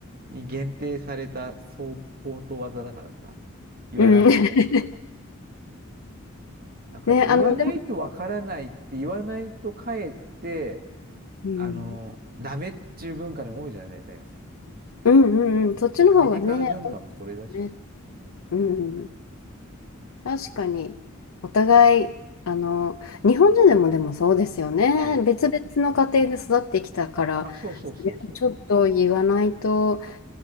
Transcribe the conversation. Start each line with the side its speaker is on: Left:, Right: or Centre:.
Right: に限定されたそう高等技だからさ、言わなくてもわかる。
Left: うん。<laughs>
Right: なんかね、
Left: ね、
Right: 言わないとわからないくて、
Left: あの、でも、
Right: 言わないとかえって、
Left: うん、
Right: あの、ダメっていう文化の方が多いじゃない、大体がさ。
Left: うんうんうん、そっちの方がね、
Right: アメリカの文化もそれでしょうね。
Left: 多いですよね。
Right: うん。
Left: うん、うん、確かに、お互い、あの、日本人でもでもそうですよね。
Right: そ
Left: 別々の家庭で育ってきたから、
Right: う。あ、そうそうそうそうそ
Left: それはちょっと言わないと
Right: う。うん。